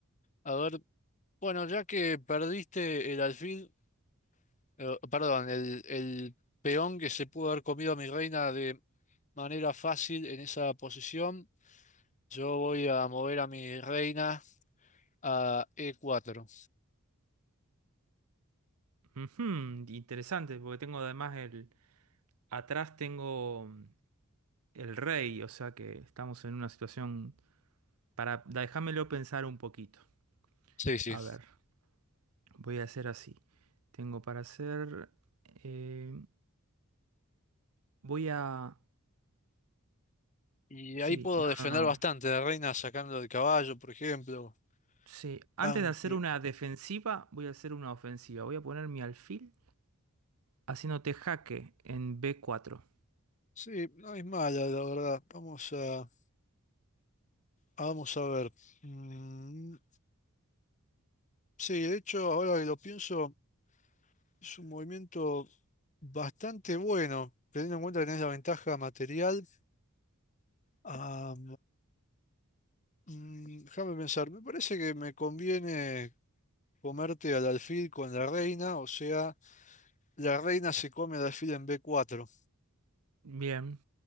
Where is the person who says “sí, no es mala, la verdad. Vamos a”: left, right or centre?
Left